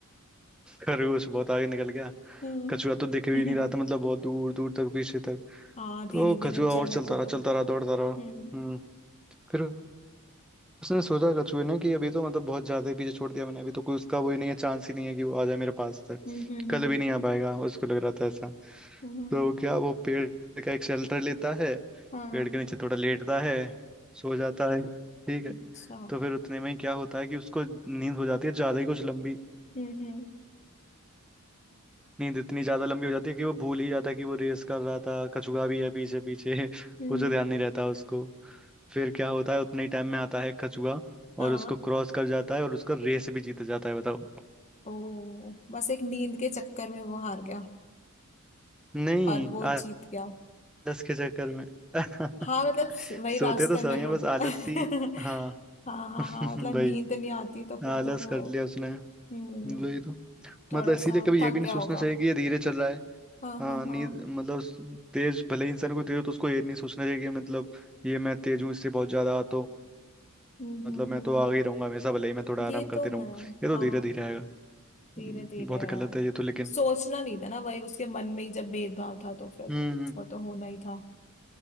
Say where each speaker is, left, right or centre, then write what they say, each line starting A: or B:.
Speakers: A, in the centre; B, on the left (about 30°).
A: खरगोश बहुत आगे निकल गया
B: हम्म
A: कछुआ तो दिख भी नहीं
B: <laughs>
A: रहा था मतलब बहुत दूर दूर तक पीछे तक
B: हाँ धीरे
A: तो
B: धीरे
A: कछुआ
B: चलेगा
A: और चलता रहा
B: तो
A: चलता रहा दौड़ता रहा
B: हम्म
A: हम्म फिर उसने सोचा कछुए ने कि अभी तो मतलब बहुत ज्यादा ही पीछे छोड़ दिया मैंने अभी तो कोई उसका वो ही नहीं है चांस ही नहीं है कि वो आ जाए मेरे पास तक
B: हम्म हम्म
A: कल भी नहीं आ पाएगा उसको लग रहा था ऐसा
B: हम्म हम्म,
A: तो क्या वो पेड़ का एक शेल्टर लेता है
B: हाँ
A: पेड़ के नीचे थोड़ा लेटता है सो जाता है ठीक है
B: अच्छा हम्म
A: तो फिर उतने में ही क्या होता है कि उसको नींद हो जाती है ज्यादा ही कुछ लंबी
B: हम्म
A: नींद इतनी ज्यादा लंबी हो जाती है कि वो भूल ही जाता है कि वो रेस कर रहा था कछुआ भी है पीछे पीछे <laughs>
B: हम्म,
A: कुछ तो ध्यान नहीं रहता उसको फिर क्या होता है उतने ही टाइम में आता है कछुआ
B: हाँ
A: और उसको क्रॉस कर जाता है और उसका रेस भी जीत जाता है बताओ
B: ओ बस एक नींद के चक्कर में वो हार गया
A: नहीं
B: और वो
A: आलस
B: जीत गया
A: के चक्कर में <laughs>
B: हाँ मतलब स- वही
A: सोते
B: रास्ते
A: तो सही
B: में रुक
A: है बस
B: गया
A: आलस ही
B: <laughs>
A: हाँ
B: हाँ हाँ हाँ
A: <laughs>
B: मतलब
A: भाई
B: नींद नहीं आती तो फिर
A: आलस
B: तो वो
A: कर लिया उसने
B: हम्म
A: वही तो
B: थोड़ा
A: मतलब इसीलिए
B: सा
A: कभी
B: थक
A: ये भी नहीं
B: गया
A: सोचना
B: होगा
A: चाहिए कि ये धीरे चल रहा है
B: हाँ
A: हाँ
B: हाँ
A: नींद
B: हाँ
A: मतलब स- तेज भले ही इंसान को तेज हो तो उसको ये नहीं सोचना चाहिए कि मतलब ये मैं तेज हूँ इससे बहुत ज्यादा तो
B: हम्म
A: मतलब
B: हम्म
A: मैं
B: हम्म
A: तो आगे ही रहूंगा हमेशा भले ही मैं थोड़ा आराम
B: ये
A: करते
B: तो
A: रहूँ
B: है
A: ये तो
B: हाँ
A: धीरे धीरे आएगा हम्म,
B: धीरे धीरे
A: बहुत
B: है
A: गलत है ये तो लेकिन
B: सोचना नहीं था ना वही उसके मन में ही जब भेदभाव था तो फिर
A: हम्म
B: वो तो होना ही था